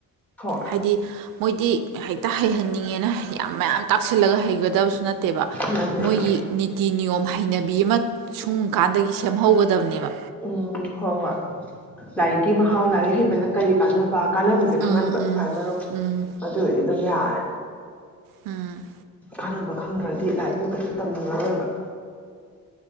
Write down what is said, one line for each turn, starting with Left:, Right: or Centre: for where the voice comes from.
Centre: ꯍꯣꯏ
Right: ꯍꯥꯏꯗꯤ ꯃꯣꯏꯗꯤ ꯍꯦꯛꯇ ꯍꯩꯍꯟꯅꯤꯡꯉꯦꯅ ꯌꯥꯝ ꯃꯌꯥꯝ ꯇꯥꯛꯁꯤꯜꯂꯒ ꯍꯩꯒꯗꯕꯁꯨ ꯅꯠꯇꯦꯕ
Centre: ꯅꯠꯇꯦ
Right: ꯃꯣꯏꯒꯤ
Centre: ꯅꯠꯇꯦ
Right: ꯅꯤꯇꯤ ꯅꯤꯌꯣꯝ ꯍꯩꯅꯕꯤ ꯕꯤ ꯑꯃ ꯁꯨꯡ ꯀꯥꯟꯗꯒꯤ ꯁꯦꯝ ꯍꯧꯒꯗꯕꯅꯦꯕ
Centre: ꯎꯝ ꯍꯣꯏ ꯍꯣꯏ ꯂꯥꯏꯔꯤꯛꯀꯤ ꯃꯍꯥꯎ ꯂꯥꯏꯔꯤꯛ ꯍꯩꯕ ꯅ ꯀꯔꯤ ꯀꯥꯟꯅꯕ ꯀꯥꯟꯅꯕꯖꯦ ꯈꯪꯍꯟꯕ
Right: ꯎꯝ ꯎꯝ
Centre: ꯈꯋꯥꯏ ꯃꯔꯨ
Right: ꯎꯝ
Centre: ꯑꯗꯨꯑꯣꯏꯗꯤ ꯗꯨꯝ ꯌꯥꯔꯦ
Right: ꯎꯝ
Centre: ꯀꯥꯟꯅꯕ ꯈꯪꯗ꯭ꯔꯗꯤ ꯂꯥꯏꯔꯤꯛꯇꯨ ꯀꯩꯁꯨ ꯇꯝꯅꯤꯡꯉꯔꯣꯏꯕ